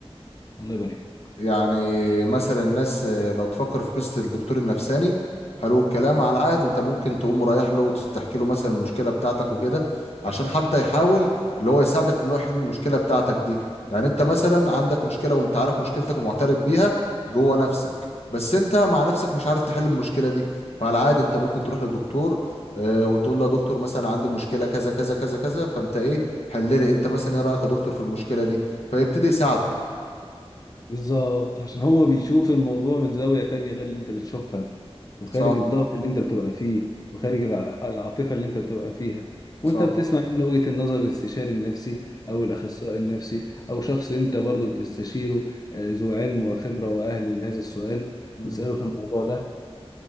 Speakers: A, on the left; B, on the left.
A: الله يبارك لك
B: يعني مثلا الناس آه، لو تفكر في قصة الدكتور النفساني حلو الكلام على العاد انت ممكن تقوم رايح له وتحكي له مثلا المشكلة بتاعتك وكده عشان حتى يحاول اللي هو يساعدك في اللي هو يحل المشكلة بتاعتك دي يعني انت مثلا عندك مشكلة وانت عارف مشكلتك ومعترف بيها جوه نفسك بس انت مع نفسك مش عارف تحل المشكلة دي فعلى العاد انت ممكن تروح لدكتور آه، وتقول له يا دكتور مثلا عندي مشكلة كذا كذا كذا كذا فانت ايه حل لي انت مثلا ايه رأيك يا دكتور في المشكلة دي فيبتدي يساعده
A: بالظبط عشان هو بيشوف الموضوع من زاوية تانية غير اللي انت بتشوفها وخارج
B: صح
A: الضغط اللي انت بتبقى فيه وخارج
B: مم.
A: الع- العاطفة اللي انت بتبقى فيها وانت
B: صح
A: بتسمع منه وجهة النظر الاستشاري النفسي
B: مم.
A: او الاخصائي النفسي او شخص انت برضو بتستشيره آه، ذو علم وخبرة واهل لهذا السؤال
B: مم.
A: بتسأله في الموضوع ده